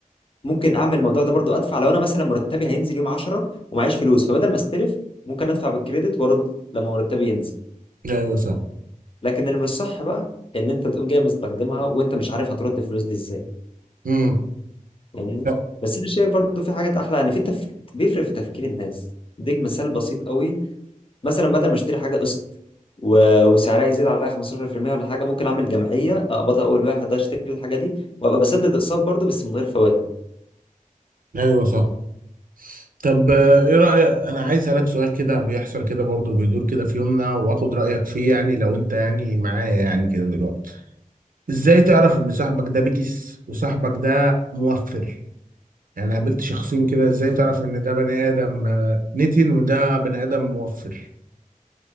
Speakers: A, on the left; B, on the right.
A: ممكن اعمل الموضوع ده برضو ادفع لو انا مثلا مرتبي هينزل يوم 10 ومعيش فلوس فبدل ما استلف ممكن ادفع بالكريدت وارد لما مرتبي ينزل
B: ايوه صح
A: لكن اللي مش صح بقى ان انت تقوم جاي مستخدمها وانت مش عارف هترد الفلوس دي ازاي
B: امم
A: فاهمني
B: طب
A: بس انا شايف برضو في حاجات احلى يعني في التف... بيفرق في تفكير الناس اديك مثال بسيط قوي مثلا بدل ما اشتري حاجه قسط و... وسعرها يزيد عليها 15% ولا حاجه ممكن اعمل جمعيه اقبضها اول واحد ده، اشتري الحاجه دي وابقى بسدد اقساط برضه بس من غير فوائد
B: ايوه صح طب آه، ايه رأيك انا عايز اسالك سؤال كده بيحصل كده برضه بيدور كده في يومنا واخد رأيك فيه يعني لو انت يعني معايا يعني كده دلوقتي ازاي تعرف ان صاحبك ده بكس وصاحبك ده موفر يعني قابلت شخصين كده ازاي تعرف ان ده بني ادم آه، نتن وده بني ادم موفر